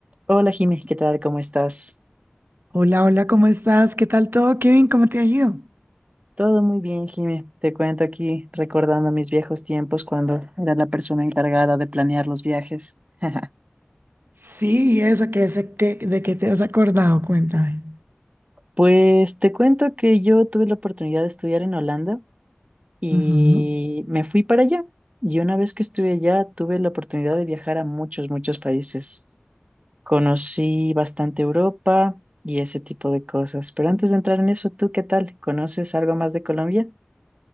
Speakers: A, on the right (about 30°); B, on the right (about 55°).
A: Hola Jimmy, ¿qué tal? ¿Cómo estás?
B: Hola, hola, ¿cómo estás? ¿Qué tal todo, Kevin? ¿Cómo te ha ido?
A: Todo muy bien, Jimmy. Te cuento aquí recordando mis viejos tiempos cuando era la persona encargada de planear los viajes. <laughs>
B: Sí, ¿y eso, ¿qué, es- qué- de qué te has acordado? Cuéntame.
A: Pues te cuento que yo tuve la oportunidad de estudiar en Holanda y
B: Ujú.
A: me fui para allá. Y una vez que estuve allá, tuve la oportunidad de viajar a muchos, muchos países. Conocí bastante Europa y ese tipo de cosas. Pero antes de entrar en eso, ¿tú qué tal? ¿Conoces algo más de Colombia?